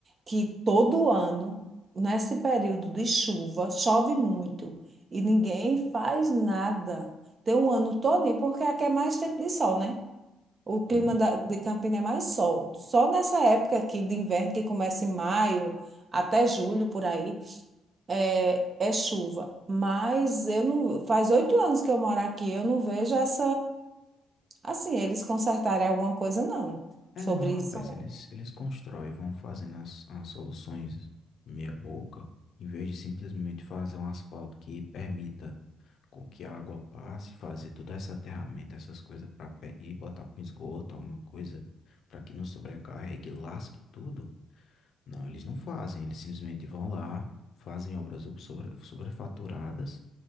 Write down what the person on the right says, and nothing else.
que todo ano, nesse período de chuva, chove muito e ninguém faz nada. Tem um ano todo, porque aqui é mais tempo de sol, né? O clima
da- de Campina é mais sol. Só nessa época aqui de inverno, que começa em maio até julho, por aí, é, é chuva. Mas eu não, faz oito anos que eu moro aqui, eu não vejo essa, assim, eles consertarem alguma coisa, não,
sobre
isso, não.